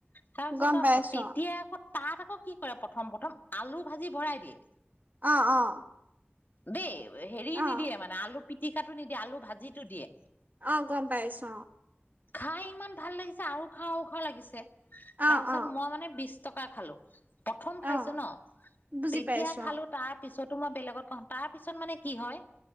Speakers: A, on the left; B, on the right.
A: তাৰপিছত
B: গম পাইছো
A: তেতিয়া আকৌ তাত আকৌ কি কৰে প্ৰথম প্ৰথম আলু ভাজি ভৰাই দিয়ে।
B: অ' অ'
A: দেই হেৰি
B: অ
A: নিদিয়ে মানে আলু পিটিকাটো নিদিয়ে আলু ভাজিটো দিয়ে
B: অ' গম পাইছো অ
A: খাই ইমান ভাল লাগিছে আৰু খাও খাও লাগিছে তাৰপিছত
B: অ অ
A: মই মানে বিচ টকা খালো। প্ৰথম
B: অ
A: খাইছো
B: অ
A: ন'
B: বুজি
A: তেতিয়া
B: পাইছো অ
A: খালো তাৰ পিছতো মই বেলেগত খাওঁ তাৰ পিছত মানে কি হয়